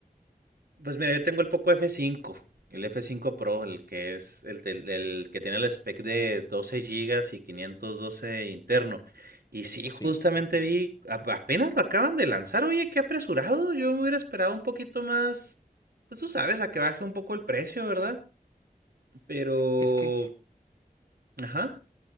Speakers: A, on the right; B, on the left.
A: Pues mira, yo tengo el Poco f cinco, el f cinco Pro, el que es el, el- el que tiene el spec de 12 gigas y 512 interno. Y sí,
B: Sí,
A: justamente vi, a- apenas lo acaban de lanzar, oye, qué apresurado. Yo me hubiera esperado un poquito más, pues tú sabes, a que baje un poco el precio, ¿verdad? Pero,
B: es que
A: ajá.